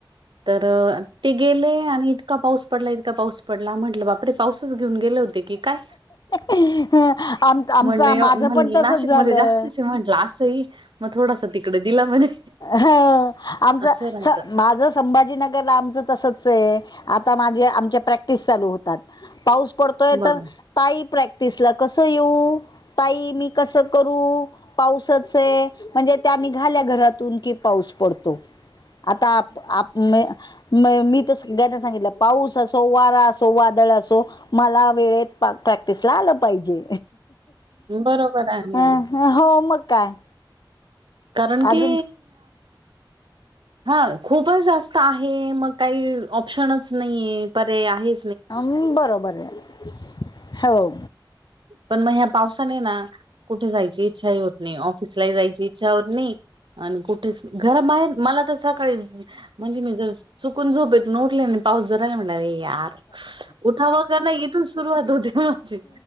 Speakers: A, on the right (about 75°); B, on the left (about 55°).
A: तर ते गेले आणि इतका पाऊस पडला इतका पाऊस पडला म्हटलं बाप् पाऊसच घेऊन गेले होते की काय?
B: आम आमचा
A: म्हंले
B: माझं
A: म्हण
B: पण तसच
A: नाशिकमध्ये
B: झालं
A: जास्त म्हटलं अस स मग थोडासा तिकडे दिला म्हणे
B: ह आमचा
A: असं राहत
B: माझ संभाजी नगर आमच तसच आता माझे आम प्रॅक्टिस चालू होतात पाऊस था पडतोय
A: बरोबर
B: तर ताई प्रॅक्टिस ला कस येऊ? ताई मी कसं करू पाऊसच आहे म्हणजे त्यांनीघाल्या घरात की पाऊस पडतो आता आप आप म मी तर सगळ्याना सांगितलं पाऊस असो, वारा असो वादळ असो. मला वेळेत प्रॅक्टिस ला आलं पाहिजे.
A: बरोबर आहे
B: अ हो मग काय.
A: कारण
B: अजून
A: की हा खूपच जास्त आहे मग काही ऑप्शनच नाही आहे परे आहे
B: मग बरोबर आहे हो.
A: पण मग ह्या पावसाने ना कुठे जायची इच्छाही होत नाही ऑफिसलाही जायची इच्छा होत नाही. आणि कुठेच घरा बाहेर मला तर कडेन म्हणजे मी जर चुकून झोप येत न उठले पाऊस जराला म्हणला आरे यार उठावग नाही इथून सुरुवात होते. माझी